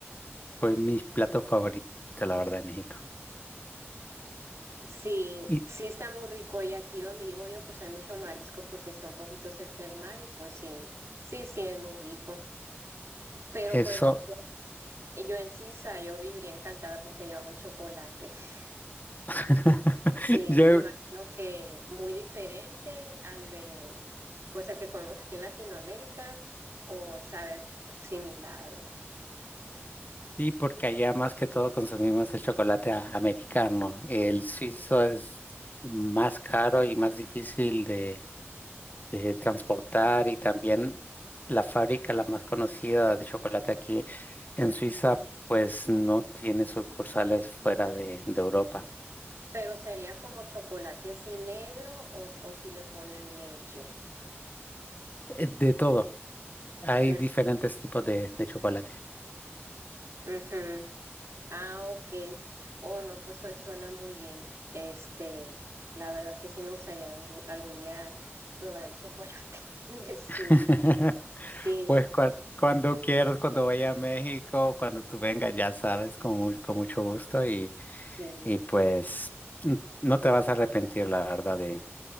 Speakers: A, on the left; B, on the right.
A: Fue mi plato favorito, la verdad, de México.
B: Sí,
A: Y
B: sí está muy rico y aquí donde vivo yo pues hay mucho marisco porque está un poquito cerca del mar y pues sí, sí, sí es muy rico. Pero
A: Eso.
B: por ejemplo, yo en Suiza yo viviría encantada porque yo amo el chocolate. <laughs>
A: <laughs>
B: Sí,
A: Yo,
B: me imagino que muy diferente al de pues al que comemos aquí en Latinoamérica o sabe similar o...
A: y porque allá más que todo consumimos el chocolate a- americano. El suizo es más caro y más difícil de, de transportar y también la fábrica, la más conocida de chocolate aquí en Suiza, pues no tiene sucursales fuera de, de Europa.
B: Pero sería como chocolate así negro o, o si le ponen leche.
A: Eh, De todo. Hay
B: Mm,
A: diferentes tipos de, de chocolate.
B: ujú. Ah, ok. Oh, no, pues eso suena muy bien. Este, la verdad que sí me gustaría un- algún día probar el chocolate <laughs> de Suiza.
A: <laughs>
B: Sí,
A: Pues cua- cuando quieras, cuando vaya a México, cuando tú vengas, ya sabes, con, mu- con mucho gusto y,
B: sí,
A: y pues n- no te vas a arrepentir, la verdad, de,